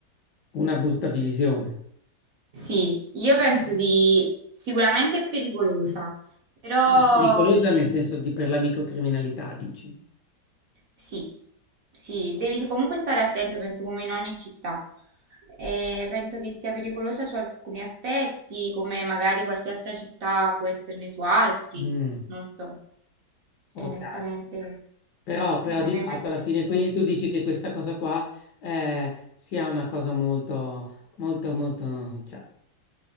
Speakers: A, on the left; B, on the right.
A: una brutta visione.
B: Sì, io penso di sicuramente è pericolosa, però
A: Ma pericolosa
B: mh,
A: nel senso di per la microcriminalità, dici?
B: Sì, sì, devi comunque stare attento, penso come in ogni città. Eh, penso che sia pericolosa su alcuni aspetti, come magari qualche altra città può esserne su altri,
A: Mm,
B: non so.
A: ok.
B: Onestamente
A: Però, però
B: non
A: di
B: mi
A: fatto
B: è mai successo
A: alla fine,
B: troppo.
A: quindi tu dici che questa cosa qua eh, sia una cosa molto, molto, molto... cioè,